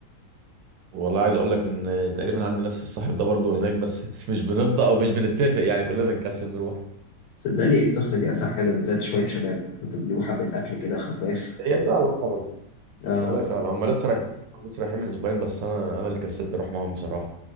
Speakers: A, on the right; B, on the left.
A: والله عايز اقول لك ان تقريبا عندي نفس الصاحب ده برضه هناك بس <laughs> مش بنفضى او مش بنتفق يعني كلنا بنكسل نروح
B: صدقني السخنة دي أسهل حاجة بالذات شوية شباب انتوا بتجيبوا حبة أكل كده خفاف
A: هي سهلة طبعا
B: آه
A: والله سهلة هم لسه رايحين لسه رايحين من اسبوعين بس انا انا اللي كسلت اروح معاهم بصراحة